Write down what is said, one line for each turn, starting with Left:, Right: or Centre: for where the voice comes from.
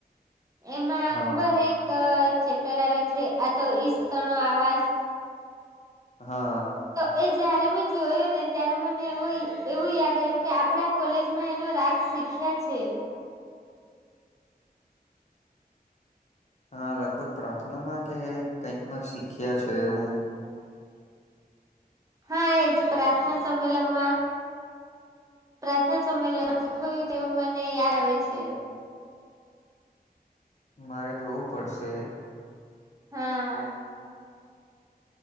Right: એમાં
Left: હા
Right: ખબર એક અ ચેપ્ટર આવે છે આ તો ઈશ તણો આવાસ?
Left: હા.
Right: તો એ જયારે મેં જોયો ને ત્યારે મને એવો એવું યાદ આવ્યું કે આપડા કોલેજ માં એનો રાગ શીખ્યા છે.
Left: હા લગભગ પ્રાર્થનામાં કે કઈક માં શીખ્યા છે એવું?
Right: હા એજ પ્રાર્થના સંમેલનમાં પ્રાર્થના <unintelligible> મને યાદ આવે છે.
Left: મારે જોવું પડશે.
Right: હા.